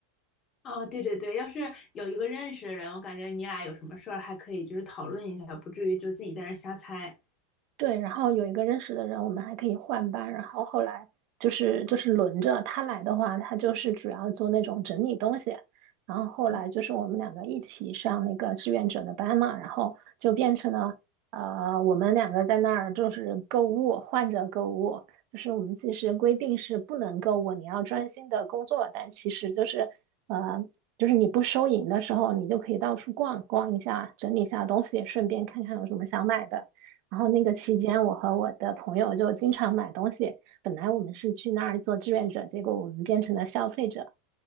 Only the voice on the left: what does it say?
哦，对对对，要是有一个认识的人，我感觉你俩有什么事儿还可以就是讨论一下，不至于就自己在那儿瞎猜。
嗯，